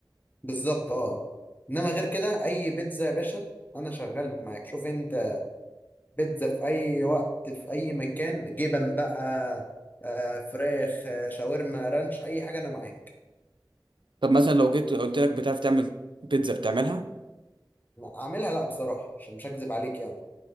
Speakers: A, on the left; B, on the right.
A: بالظبط اه انما غير كده اي بيتزا يا باشا انا شغال معاك شوف انت بيتزا في اي وقت في اي مكان جبن بقى آه، فراخ آه، شاورما رانش اي حاجه انا معاك
B: طب مثلا لو جيت قلت لك بتعرف تعمل بيتزا بتعملها
A: اعملها لا بصراحه عشان مش هكذب عليك يعني